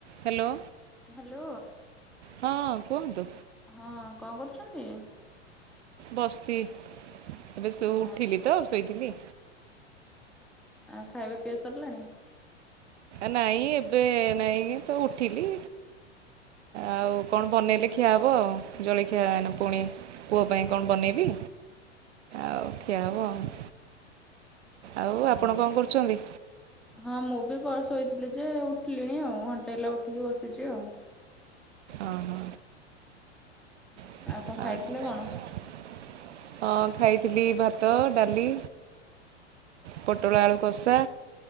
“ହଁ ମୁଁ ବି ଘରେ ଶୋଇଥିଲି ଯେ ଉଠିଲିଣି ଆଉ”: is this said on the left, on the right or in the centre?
Centre